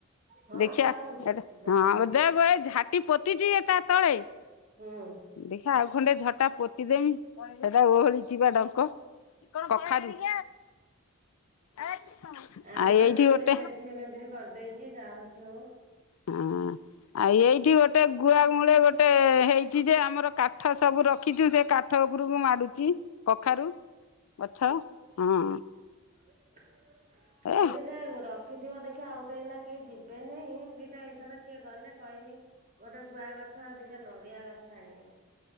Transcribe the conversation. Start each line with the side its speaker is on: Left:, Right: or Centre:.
Right: ହଁ
Left: ଦେଖିବା
Right: ଯାଉ
Left: ଏଟ
Right: ଯାଉ
Left: <unintelligible> ଝାଟି ପୋତ୍ ତା ତଳେ
Right: ହୁଁ
Left: ଦେଖା ଖଣ୍ଡେ ଝଟା ପୋତିଦେମି ସେଟା ଓହଳି ଚିପା ଡଙ୍କ କଖାରୁ <inaudible> ଆଉ
Right: ଆମର
Left: ଏଇଠି
Right: ସେମିତି
Left: ଗୋଟେ
Right: ନେନ୍ଥିରି ଫେନ୍ଥିରି କରିଦେଇଛି ଯାହା ହଉଛି ହଉ
Left: ହଁ ଆଉ ଏଇଠି ଗୋଟେ ଗୁଆ ଗୋଟେ ହେଇଛି ଯେ ଆମର କାଠ ସବୁ ରଖିଛୁ ସେ କାଠ ଉପରକୁ ମାଡୁଛି କଖାରୁ। ଗଛ ହଁ
Right: <inaudible> <unintelligible>
Left: ଏ
Right: ଦେଖିଥିବ ଦେଖିଆ ଆଉ ତ ଏଇନା କେହି ଯିବେନାହିଁ ଦିଟା ଏଇଥର କିଏ ଗଲେ କହିମି ଗୋଟେ ଗୁଆ ଗଛ ଆଉ ଦିଟା ନଡିଆ ଗଛ ଆଣିବେ।